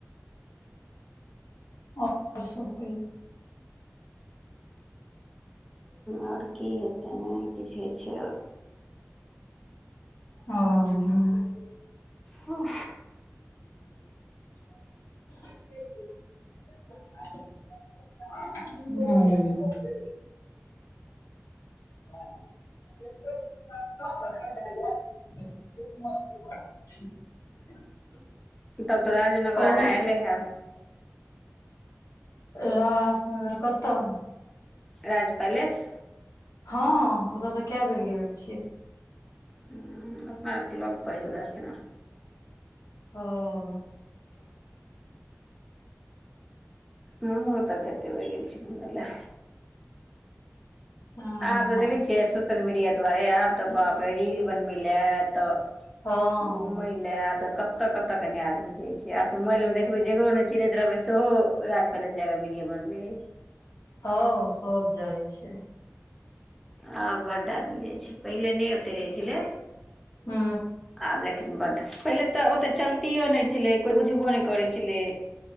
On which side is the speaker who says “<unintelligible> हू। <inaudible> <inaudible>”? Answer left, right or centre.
Left